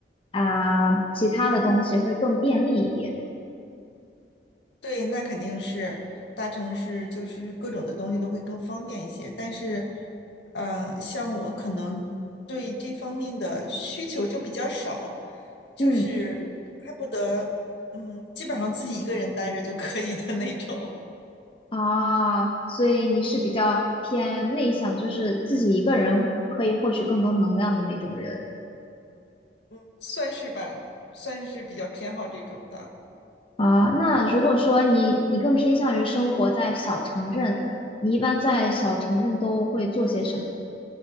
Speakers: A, on the left (about 30°); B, on the left (about 75°).
A: 啊、其他的东西会更便利一点。
B: 对，那肯定是大城市，就是各种的东西都会更方便一些。但是，嗯，像我可能对这方面的需求就比较少，就是恨不得，
A: 嗯，
B: 嗯，基本上自己一个人待着就可以的那种，
A: 啊，所以你是比较偏内向，就是自己一个人可以获取更多能量的那种人。
B: <laughs> 算是吧，算是比较偏好这种的。
A: 啊，那如果说你你更偏向于生活在小城镇，你一般在小城镇都会做些什么？